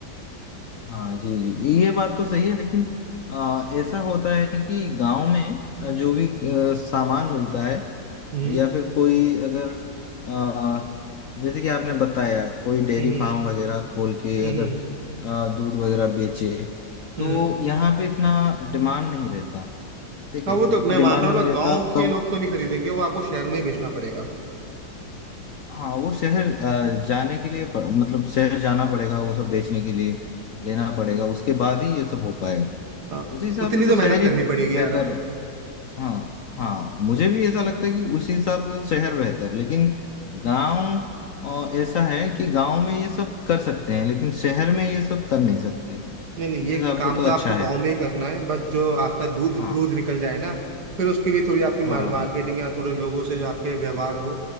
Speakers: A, on the left; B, on the right.
A: हाँ जी जी, ये बात तो सही है लेकिन आ, ऐसा होता है कि गांव में आ, जो भी आ, सामान मिलता है
B: हम्म
A: या फिर कोई अगर आ, जैसे कि आपने बताया कोई डेयरी
B: हम्म
A: फार्म वगैरह खोल के
B: हम्म
A: अगर आ, दूध वगैरह बेचे तो
B: हम्म
A: यहाँ पे इतना डिमांड नहीं रहता ठीक
B: हाँ
A: है
B: वो तो मैं
A: डिमांड
B: मान रहा
A: नहीं
B: हूँ ना
A: रहता
B: गांव के
A: कम
B: लोग तो नहीं खरीदेंगे वो आपको शहर में ही बेचना पड़ेगा
A: हाँ वो शहर आ, जाने के लिए प- मतलब शहर जाना पड़ेगा वो सब बेचने के लिए लेना पड़ेगा उसके बाद ही ये सब हो पाएगा
B: हाँ
A: उसी हिसाब
B: उतनी
A: से तो
B: तो मेहनत
A: शहर ही
B: करनी पड़ेगी
A: बेहतर
B: यार अब
A: हाँ हाँ मुझे भी ऐसा लगता है कि उसी हिसाब से तो शहर बेहतर लेकिन गांव और ऐसा है कि गांव में ये सब कर सकते हैं लेकिन शहर में ये सब कर नहीं सकते
B: नहीं नहीं ये
A: इस हिसाब
B: काम
A: से तो
B: तो आपको
A: अच्छा है
B: गांव में ही करना है बस जो आपका दूध
A: हाँ
B: दूध निकल जाए ना फिर उसके लिए थोड़ी आपकी
A: हाँ
B: मार, मार्केटिंग
A: हाँ
B: या थोड़े लोगों से जो आपके व्यवहार हो